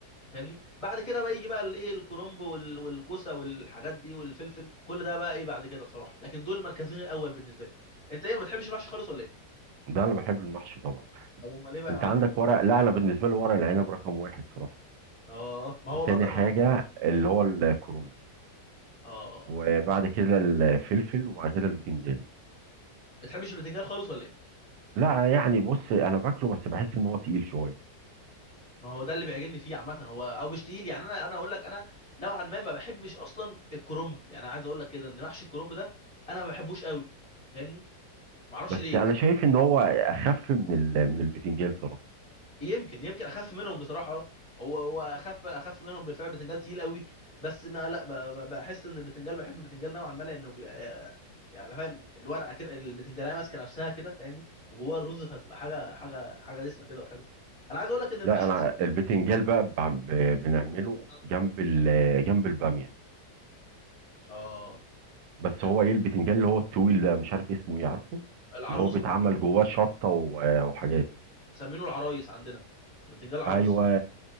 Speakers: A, on the left (about 20°); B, on the right (about 80°).
A: فاهمني بعد كده بقى يجي بقى الايه الكرنب وال- والكوسه والحاجات دي والفلفل كل ده بقى ايه بعد كده بصراحه لكن دول المركزين الاول بالنسبه لي انت ايه ما بتحبش المحشي خالص ولا ايه
B: ده انا بحب المحشي طبعا
A: طب امال ايه بقى
B: انت
A: يا معلم
B: عندك ورق لا انا بالنسبة لي ورق العنب رقم واحد صراحة
A: اه ما
B: وتاني
A: هو برضك
B: حاجة
A: ما هو
B: اللي هو الكروم
A: اه
B: وبعد كده الفلفل وبعد كده البتنجان
A: بتحبش البتنجان خالص ولا ايه
B: لا يعني بص انا باكله بس بحس ان هو تقيل شوية
A: ما هو ده اللي بيعجبني فيه عامه هو او مش تقيل يعني انا انا اقول لك انا نوعا ما ما بحبش اصلا الكرنب يعني عايز اقول لك كده ان محشي الكرنب ده انا ما بحبوش قوي فاهمني ما اعرفش
B: بس
A: ليه
B: انا
A: بصراحه
B: شايف ان هو اخف من ال- من البتنجان صراحة
A: يمكن يمكن اخف منهم بصراحه آه، هو هو اخف اخف منهم بالفعل البتنجال تقيل قوي بس ما لا ب- ب- بحس ان البتنجال بحب البتنجال نوعا ما لانه بيبقى يعني فاهم الورقه كده البتنجاليه ماسكه نفسها كده فاهمني وجواها الرز فبتبقى حاجه حاجه حاجه دسمه كده وحلوه انا عايز اقول لك ان المحشي
B: لا انا
A: اصلا
B: البتنجان بقى بع- ب- بنعمله
A: اه
B: جنب ال- جنب الباميه
A: آه،
B: بس
A: حلو
B: هو
A: ده
B: ايه البتنجان اللي هو الطويل ده مش عارف اسمه ايه عارفه
A: العروسه
B: اللي هو بيتعمل جواه شطه و- آه وحاجات
A: مسمينه العرايس عندنا بتنجال عروس
B: ايوه